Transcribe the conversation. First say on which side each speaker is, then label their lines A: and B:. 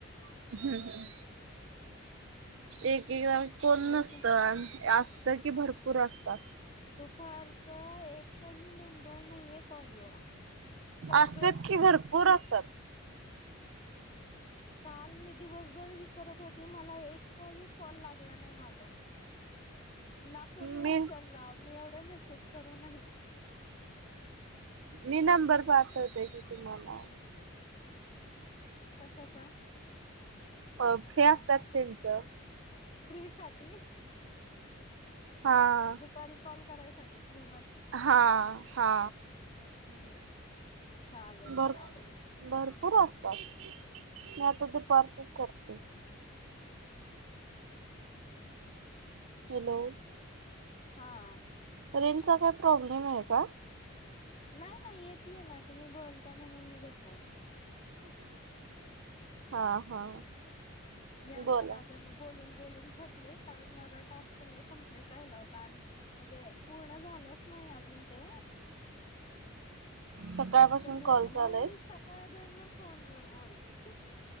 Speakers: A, on the right; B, on the left.
A: <unintelligible> एक-एकदा वेळेस कोण
B: म्हणजे
A: नसतं,
B: असे
A: अन अत की, भरपूर असतात.
B: दुपारच एकही मेंबर नहीये, कॉल ला. सगळेच
A: असतात <unintelligible> असतात.
B: काल मी दिवसभर ही करत होते, माला एकही कॉल, लागला नही माझा. ना कोणी उचलला,
A: मी
B: मी एवढे मेसेज करून ही.
A: मी नंबर पाठवते की, तुम्हाला.
B: कशाचा?
A: अ फ्री असतात, त्यांचं.
B: फ्री साठी.
A: हा.
B: दुपारी कॉल करायसाठी. फ्री
A: हा हा.
B: त ती, चालेल
A: भर
B: चालेल.
A: भरपूर असतात, मी आता दुपारचंच करते. हॅलो?
B: हा.
A: रेंजचा, काय प्रॉब्लेम ये का?
B: नाही- नाही येतिये ना, तुम्ही बोलता, म्हणून मी गप्प य.
A: हा हा.
B: मी आज
A: बोला
B: सकाळ धरन बोलून-बोलून थकले, कारण माझा टास्क लई कम्प्लीट राहिला होता, आणि म्हणजे, पूर्ण झालाच नही अजून ते
A: सकाळपासून
B: कमी होते,
A: कॉल
B: म्हणून
A: चालूय
B: मी सकाळ धरन, फोनवर बोलत